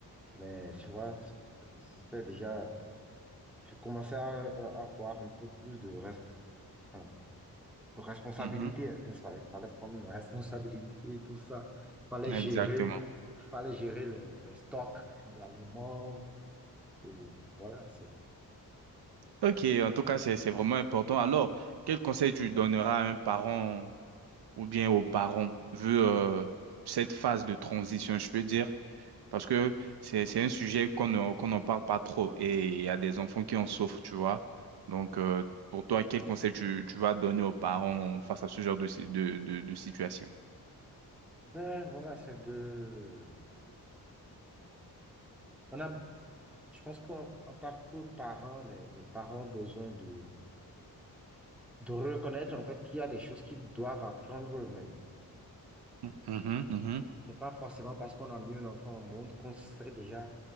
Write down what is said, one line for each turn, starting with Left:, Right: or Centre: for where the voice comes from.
Centre: Mais tu vois, c- c'était déjà, je commençais à, à avoir un peu plus de, resp- enfin, de responsabilité,
Right: mhm,
Centre: n'est-ce pas? Il fallait prendre mes responsabilités et tout ça. Il fallait
Right: exactement.
Centre: gérer, il fallait gérer les, les stocks d'aliments. Et voilà, c'est,
Right: Ok, en tout cas, c'est, c'est vraiment important. Alors, quel conseil tu donneras à un parent ou bien aux parents, vu euh, cette phase de transition, je peux dire? Parce que c'est, c'est un sujet qu'on ne- qu'on n'en parle pas trop et il y a des enfants qui en souffrent, tu vois. Donc, euh, pour toi, quel conseil tu, tu vas donner aux parents face à ce genre de, si- de, de de situation?
Centre: ben, voilà, c'est de, on a, je pense qu'en en tant que parents, les, les parents ont besoin de, de reconnaître en fait qu'il y a des choses qu'ils doivent apprendre eux-mêmes.
Right: Mhm, mhm.
Centre: C'est pas forcément parce qu'on a mis un enfant au monde qu'on sait déjà